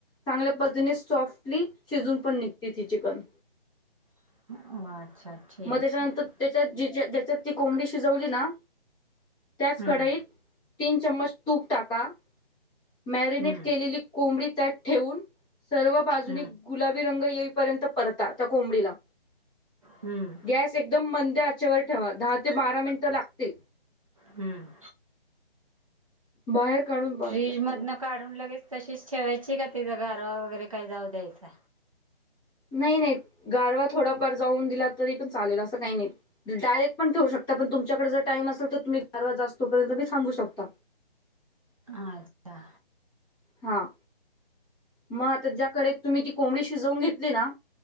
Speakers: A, in the centre; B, on the right.
A: चांगल्या पद्धतीने सॉफ्टली शिजून पण निघती ती चिकन
B: <unintelligible> ठीक
A: मग त्याच्यानंतर
B: आहे
A: त्याच्या जिच्या ज्याच्यात ती कोंबडी शिजवली ना त्याच
B: हम्म
A: कढईत तीन चम्मच तूप टाका. मॅरिनेट
B: हम्म
A: केलेली कोंबडी त्यात ठेवून सर्व बाजूनी
B: हम्म
A: गुलाबी रंग ये येईपर्यंत परता त्या कोंबडीला
B: हम्म
A: गॅस एकदम मंद्यआचेवर ठेवा, दहा ते बारा मिनटं लागतील.
B: हम्म.
A: बाहेर काढून बाजूला
B: फ्रीज मधन
A: ठेवा
B: काढून लगेच तशीच ठेवायची का तिचा गारवा वगैरे काही जाऊ द्यायचा?
A: नाही नाही गारवा थोडाफार जाऊन दिला तरी पण चालेल असं काही नाही, डायरेक्ट पण ठेवू शक ता पण तुमच्याकडे जर टाइम असेल तर तुम्ही गारवा जाऊस तोपर्यंत बी थांबू शकता.
B: आच्छा!
A: हा मग आता ज्याकडे तुम्ही ती कोंबडी शिजवून घेतली ना